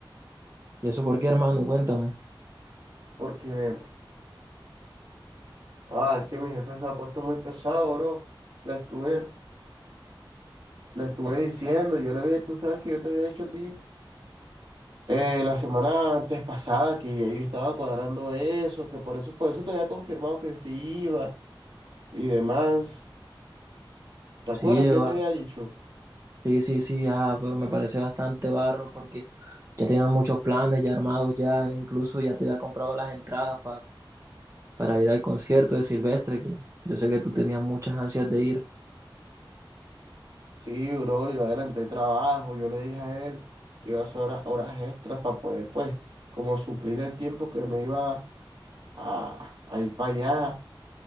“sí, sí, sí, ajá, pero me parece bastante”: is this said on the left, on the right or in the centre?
Right